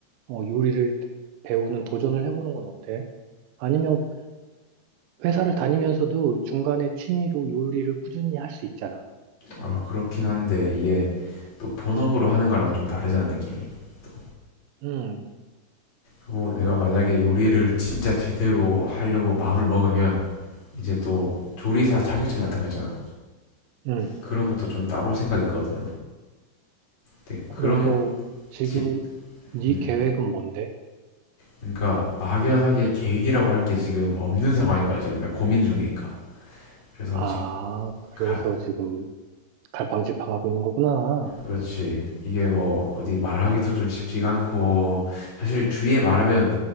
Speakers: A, on the right (about 80°); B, on the left (about 25°).
A: 어, 요리를 배우는 도전을 해보는 건 어때? 아니면 회사를 다니면서도 중간에 취미로 요리를 꾸준히 할 수 있잖아.
B: 아, 그렇긴 한데 이게 또 본업으로 하는 거랑 좀 다르잖아, 느낌이. 또
A: 음,
B: 그리고 내가 만약에 요리를 진짜 제대로 하려고 마음을 먹으면 이제 또 조리사 자격증 같은 거 있잖아.
A: 음.
B: 그런 것도 좀 따볼 생각 있거든. 근데 그런
A: 그래서 지금
B: 게,
A: 네
B: 음,
A: 계획은 뭔데?
B: 그러니까 막연하게 계획이라고 할 게 지금 없는 상황인 거야, 지금 내가 고민 중이니까. 그래서
A: 아,
B: 지금
A: 그래서
B: 가,
A: 지금 갈팡질팡하고 있는 거구나.
B: 그렇지. 이게 뭐 어디 말하기도 좀 쉽지가 않고 사실 주위에 말하면